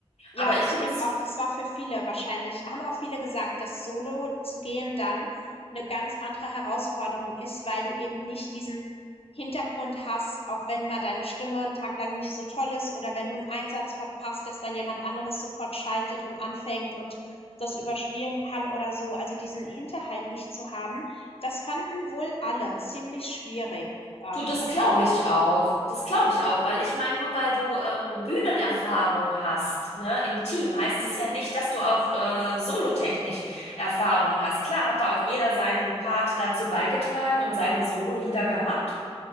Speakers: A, on the left; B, on the left.
A: Aber
B: Ja,
A: ich
B: ich
A: finde
B: denke
A: es,
B: auch, das war für viele wahrscheinlich haben auch viele gesagt, dass Solo zu gehen dann eine ganz andere Herausforderung ist, weil du eben nicht diesen Hintergrund hast, auch wenn mal deine Stimme einen Tag lang nicht so toll ist oder wenn du einen Einsatz verpasst, dass dann jemand anderes sofort schaltet und anfängt und das überspielen kann oder so. Also, diesen Hinterhalt nicht zu haben, das fanden wohl alle ziemlich schwierig, ähm,
A: du, das
B: als
A: glaube
B: die angefangen
A: ich auch.
B: haben.
A: Das glaube ich auch, weil ich meine, nur weil du ähm, Bühnenerfahrung hast, ne, im Team, heißt es
B: Mhm.
A: ja nicht, dass du auch äh, solotechnisch Erfahrung hast. Klar, hat da auch jeder seinen Part dazu beigetragen und seine Sololieder gehabt.